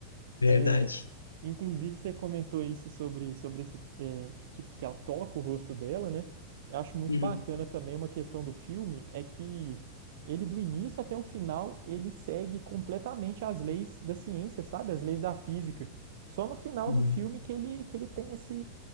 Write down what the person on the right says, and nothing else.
É, Inclusive, você comentou isso sobre, sobre esse, é, que, que ela toca o rosto dela, né? Eu acho muito
bacana também uma questão do filme, é que ele, do início até o final, ele segue completamente as leis da ciência, sabe? As leis da física. Só no final
do filme que ele, que ele tem esse,